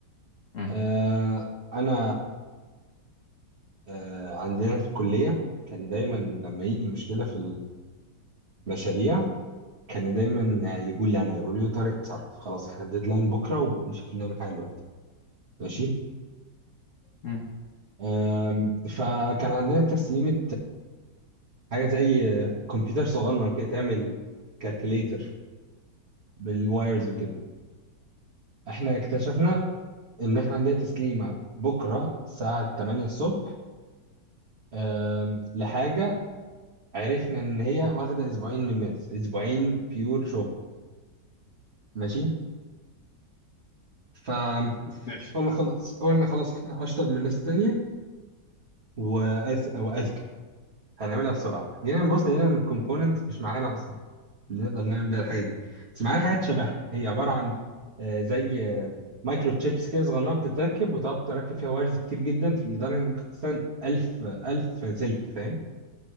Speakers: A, on the left; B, on the right.
A: مم.
B: آه انا آه عندنا في الكليه كان دايما لما يجي مشكله في المشاريع كانوا دايما يقولوا لي انا يقولوا لي طارق اتصرف خلاص احنا الديدلاين بكره ومش عارفين نعمل حاجه دلوقتي ماشي
A: مم.
B: آم، فكان عندنا تسليمه حاجه زي كمبيوتر صغنن كده تعمل كالكوليتر بالوايرز وكده احنا اكتشفنا ان احنا عندنا تسليمه بكره الساعه 8 الصبح أم، لحاجه عرفنا ان هي واخده اسبوعين من الناس اسبوعين بيور شغل ماشي فقلنا
A: ماشي
B: خلاص قلنا خلاص احنا اشطر من الناس التانيه وأز... واذكى هنعملها بسرعه جينا نبص لقينا ان الكومبوننتس مش معانا اصلا اللي نقدر نعمل بيها الحاجه دي بس معانا حاجات شبهها هي عباره عن آه، زي آه، مايكرو تشيبس كده صغننه بتتركب وتقعد تركب فيها وايرز كتير جدا في- لدرجه انك ممكن تستخدم 1000 1000 سلك فاهم